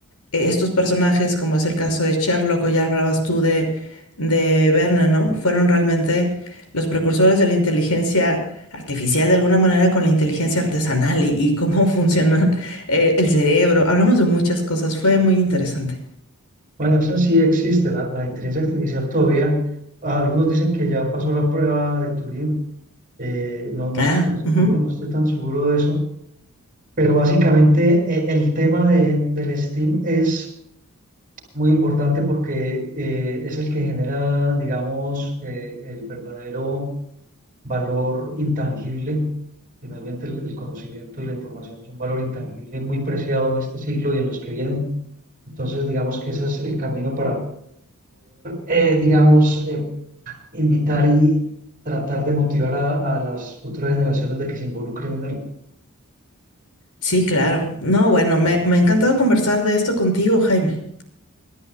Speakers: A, on the left; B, on the right.
A: eh, estos personajes, como es el caso de Sherlock o ya hablabas tú de, de Verne, ¿no? Fueron realmente los precursores de la inteligencia artificial de alguna manera con la inteligencia artesanal y, y cómo <laughs> funciona eh, el cerebro. Hablamos de muchas cosas, fue muy interesante.
B: bueno, eso sí existe, la, la inteligencia artificial todavía. Ah, Algunos dicen que ya pasó la prueba de Turing, eh, no, no
A: Ah,
B: estoy tan seguro,
A: ujú.
B: no estoy tan seguro de eso, pero básicamente eh, el tema de, del STEAM es muy importante porque eh, es el que genera, digamos, eh, el verdadero valor intangible. Finalmente, el, el conocimiento y la información es un valor intangible muy preciado en este siglo y en los que vienen. Entonces, digamos que ese es el camino para, eh, digamos, eh, invitar y tratar de motivar a, a las futuras generaciones de que se involucren en él.
A: Sí, claro. No, bueno, me, me ha encantado conversar de esto contigo, Jaime.